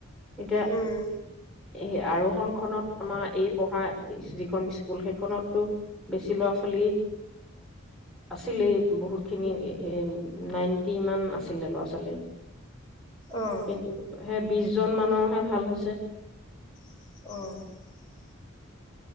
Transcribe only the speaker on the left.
উম
অঁ
অ'